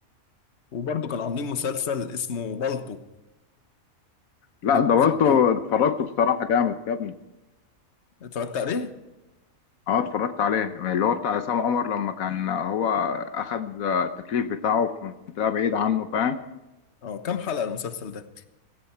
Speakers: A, on the left (about 55°); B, on the left (about 80°).
A: وبرضو كانوا عاملين مسلسل اسمه بالطو بيقولوا
B: لا دورته
A: حلو قوي
B: اتفرجته بصراحة جامد عجبني
A: اتفرجت عليه
B: اه اتفرجت عليه اللي هو بتاع عصام عمر لما كان هو أخد التكليف بتاعه في منطقة بعيدة عنه فاهم
A: اه كام حلقة المسلسل ده